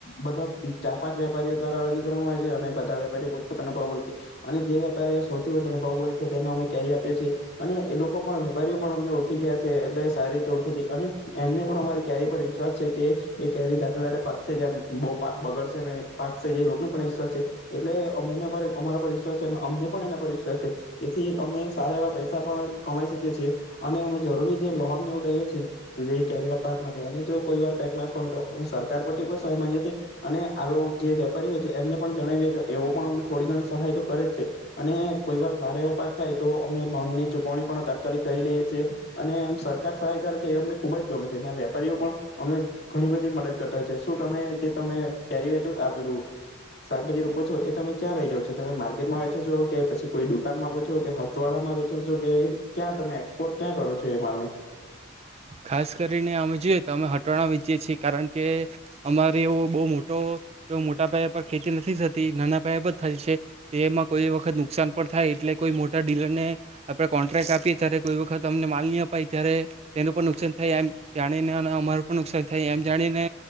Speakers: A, on the left; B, on the right.
A: બધા ચાર પાંચ વેપારીઓ દ્વારા અરજી કરવામાં આવે છે અને બધા વેપારીઓ પોતપોતાના ભાવ બે છે અને જે વેપારીઓ સૌથી વધારે ભાવ બોે છે તેને અમે કેરી આપીએ છીએ અને એ લોકો પણ વેપારીઓ પણ અમને ઓળખી ગયા છે એટલે સારી રીતે ઓળખે છે. અને એમને પણ અમારી કેરી પર વિશ્વાસ છે કે એ કેરી દાતાા પાક છે જે બહુ પાક બગડશે ને પાક છે જે લોકોને પણ વિશ્વાસ છે એટલે અમ પર અમારા પર વિશ્વાસ છે અને અમને પણ એના પર વિશ્વાસ છે તેથી અમે સારા એવા પૈસા પણ કમાઈ શકીએ છીએ અને અમે જરૂરી જે લોન એવું લઈએ છીએ. કેલા પાક માટે અને જો કોઈ વાર પાક નાશ પામે તો અમે સરકાર પરથી પણ સહાય માંગીએ છીએ અને આ જે વેપારી હોય છે એમને પણ જણાવીએ તો એવો પણ અમને થોડી ઘણી સહાય તો કરે જ છે અને કોઈ વાર સારા એવો પાક થાય તો અમે લોન ની ચુકવણી પણ તાત્કાલિક કરી દઈએ છીએ અને એમ સરકાર સહાય કરે છે અમને. ખુબ જ ગમે છે અને આ વેપારીઓ પણ અમને ઘણી બધી મદદ કરતા હોય છે શું તમે જે તમે કેરી વેચો આપેલું શાકભાજી રોપો છો એ તમે ક્યાં લઇ જાાવ છો તમે માર્કેટમાં વેચો છો કે પછી કોઈ દુકાનમાં આપો છો કે હથવાડામાં વેચો છો કે ક્યાં તમે એક્સપોર્ટ ક્યાં કરો છો એ માલ ને.
B: ખાસ કરીને અમે જોઈએ તો અમે હટાણા વીચીે છીએ. કારણ કે અમાર. એવો બહુ મોટો મોટા પયાે પર ખેતી નથી થતી નાના પયા પર થાય છે એમાં કોઈ વખત નુકસાન પણ થાય એટલે કોઈ મોટા ડીલર ને આપે કોન્ટ્રાક્ટ આપીએ ત્યારે કોઈ વખત અમને માલ નહી અપાય ત્યારે. તેકાન થાય એમ જાણીને અમાર પણ નુકસાન થાય એમ જાણીને